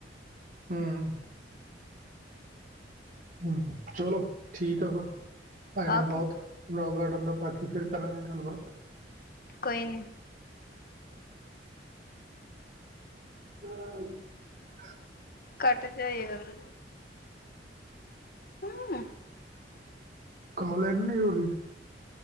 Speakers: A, on the right; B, on the left.
A: ਹਮ ਹ ਚਲੋ ਠੀਕ ਆ ਫਿਰ ਨਾ
B: ਓਕੇ
A: ਬਹੁਤ ਰੋਕ ਗਾਰਡਨ ਦਾ ਬਾਕੀ ਫੇਰ ਕਰਾਂਗੇ ਗੱਲਬਾਤ
B: ਕੋਈ ਨਹੀ-
A: <unintelligible>
B: ਘੱਟ ਜਾਏ ਹੁਣ ਹਮ
A: ਕਾਲ ਐਂਡ ਨਹੀਂ ਹੋ ਰਹੀ।